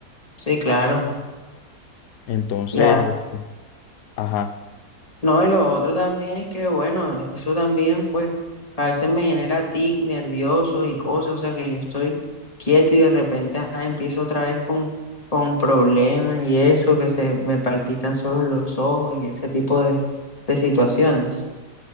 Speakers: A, on the left; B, on the left.
A: Sí, claro.
B: Entonces,
A: Ya
B: este, ajá,
A: No, y lo otro también es que, bueno, eso también, pues, a veces me genera tic, nervioso y cosas, o sea, que yo estoy quieto y de repente ajá, empiezo otra vez con, con problemas y eso, que se me palpitan solo los ojos y ese tipo de, de situaciones.